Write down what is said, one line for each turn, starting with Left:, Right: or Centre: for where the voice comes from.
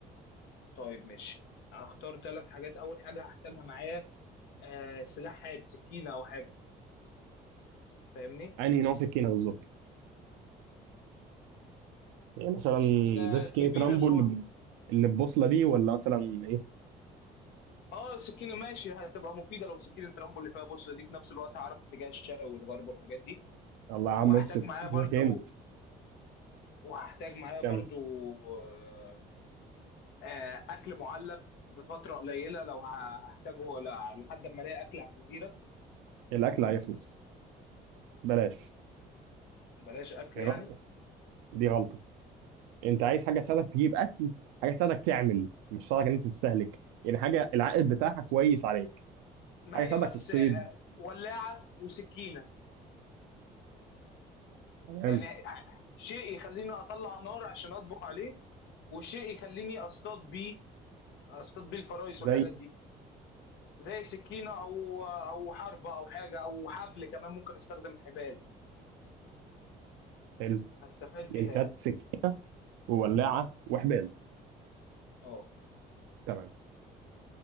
Left: طيب ماشي هختار ثلاث حاجات أول حاجة هحتاجها معايا آه سلاح حاد سكينة أو حاجة فاهمني؟
Right: انهي نوع سكينه بالظبط يعني مثلا
Left: السكينة
Right: زي سكينه
Left: كبيرة
Right: رامبو
Left: شوية
Right: اللي ب- اللي ببوصله دي ولا مثلا ايه
Left: اه سكينة ماشي هتبقى مفيدة لو سكينة رامبو اللي فيها بوصلة دي في نفس الوقت هعرف اتجاه الشرق والغرب والحاجات دي
Right: الله يا عم
Left: وهحتاج
Right: افسد
Left: معايا برضو
Right: اذا كانت
Left: وهحتاج معايا برضو
Right: كمل
Left: آه، آه، اكل معلب لفتره قليله لو هحتاجه ل- لحد ما الاقي اكل على الجزيره
Right: الاكل هيخلص بلاش
Left: بلاش اكل
Right: دي
Left: يعني
Right: غلطه دي غلطه انت عايز حاجه تساعدك تجيب اكل حاجه تساعدك تعمل مش تساعدك ان انت تستهلك يعني حاجه العائد بتاعها كويس عليك
Left: ما
Right: حاجه
Left: هي
Right: تساعدك
Left: بس
Right: في الصيد
Left: آه، ولاعه وسكينه
Right: تمام
Left: يعني آه، شيء يخليني اطلع نار عشان اطبخ عليه وشيء يخليني اصطاد بيه اصطاد بيه الفرايس
Right: زي
Left: والحاجات دي زي سكينه او او حربه او حاجه او حبل كمان ممكن استخدم حبال
Right: ال-
Left: هستفاد
Right: يعني
Left: بيها
Right: خدت
Left: يعني
Right: سكين وولاعه وحبال
Left: اه
Right: تمام